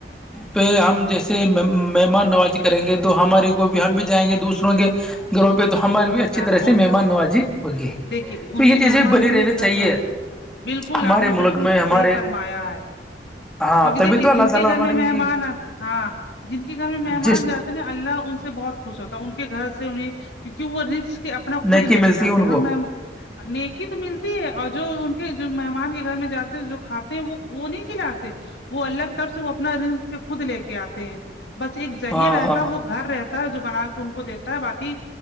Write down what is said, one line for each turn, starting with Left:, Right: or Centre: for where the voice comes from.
Centre: پہ ہم جیسے مہمان نوازی کریں گے تو ہمارے کو بھی ہم بھی جائیں گے دوسروں کے گھروں پہ تو ہماریے بھی اچھی
Left: یہاں
Centre: طرح
Left: تو وہ
Centre: سے
Left: بھی
Centre: مہمان
Left: ہمار
Centre: نوازی ہوگی
Left: دیکھیے
Centre: تو
Left: ان
Centre: یہ
Left: کے
Centre: چیزیں
Left: مہمان
Centre: بنے
Left: انہیں
Centre: رہنی چاہیے
Left: گھر میں آئے بالکل
Centre: ہمارے
Left: آپ نے
Centre: ملک
Left: بالکل
Centre: میں ہمارے
Left: صحیح فرمایا ہے
Centre: ہاں
Left: کیونکہ
Centre: تبھی
Left: دیکھیے
Centre: تو اللہ
Left: جن
Centre: تعالی
Left: کے گھر
Centre: ہماری
Left: میں
Centre: بھی
Left: مہمان آ ہاں جن کے گھر میں مہمان
Centre: جس
Left: جاتے اللہ ان سے بہت خوش ہوتا ان کے گھر سے انہیں کیونکہ وہ رنگس کہ اپنا خود
Centre: نیکی
Left: لے
Centre: ملتی
Left: کے آتے
Centre: ہے ان کو
Left: ہم نیکی تو ملتی ہے اور جو ان کے جو مہمان کے گھر میں جاتے ہیں جو کھاتے ہیں وہ وہ نہیں کھلاتے وہ اللہ کی طرف سے وہ اپنا رنز خود لے کے آتے ہیں بس ایک ذریعہ
Centre: ہاں
Left: رہتا
Centre: ہاں
Left: ہے وہ گھر رہتا ہے جو بنا کے ان کو دیتا ہے باقی